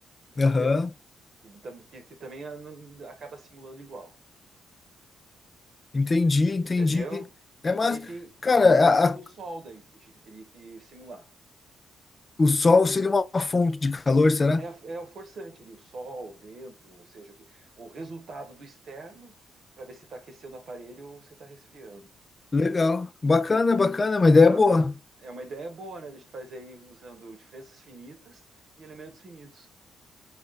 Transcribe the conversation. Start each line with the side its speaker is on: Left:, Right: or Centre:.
Right: entendeu?
Left: Aham,
Right: que, tam- que- que também ah, não- acaba simulando igual.
Left: entendi,
Right: Ent-
Left: entendi.
Right: Entendeu?
Left: É,
Right: E
Left: mas,
Right: daí tem,
Left: cara,
Right: é, e daí
Left: a-
Right: tem
Left: a-
Right: o sol daí que a gente teria que simular.
Left: o Sol seria uma fonte de calor, será?
Right: É, a- é o forçante ali, o sol, o vento, ou seja, o, que- o resultado do externo para ver se está aquecendo o aparelho ou se está resfriando.
Left: Legal, bacana, bacana, uma ideia
Right: Dá
Left: boa.
Right: pra, é uma ideia boa, né? A gente faz aí usando diferenças finitas e elementos finitos.